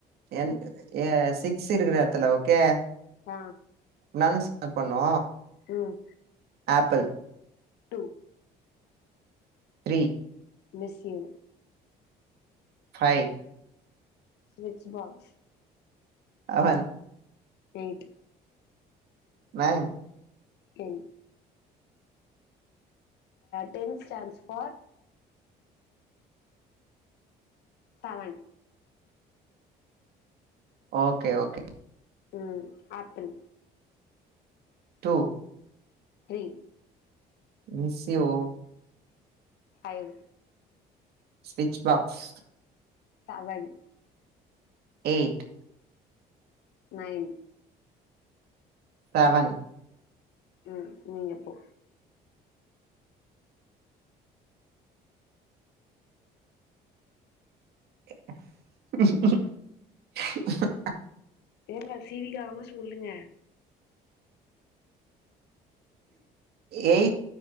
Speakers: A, on the right; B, on the left.
A: என் ஏ சிக்ஸ் இருக்கற எடத்துல ஓகே
B: அ
A: நாந்தான் ஸ்சாட் பண்ணூ
B: ம்
A: apple
B: two
A: three
B: miss you
A: five
B: switch box
A: seven
B: eight
A: nine
B: ten ten stands for seven
A: okay okay
B: ம் apple
A: two
B: three
A: miss you O
B: five
A: switch box
B: seven
A: eight
B: nine
A: seven
B: ம் நீங்க இப்போ
A: <unintelligible>
B: ஏங்க சிரிக்காம சொல்லுங்க
A: eight